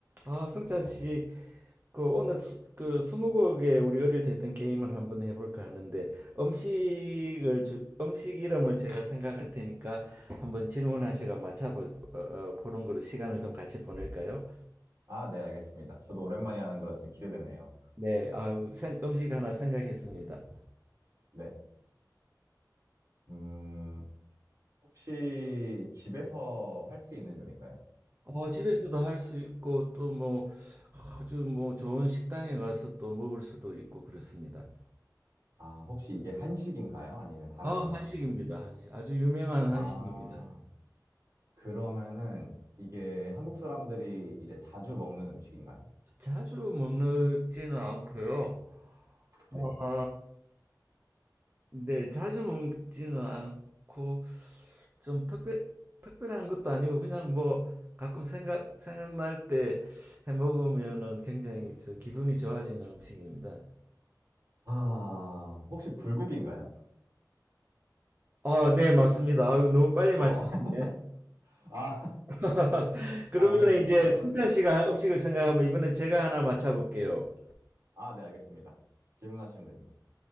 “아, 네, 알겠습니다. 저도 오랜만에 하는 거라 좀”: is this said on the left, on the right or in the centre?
Right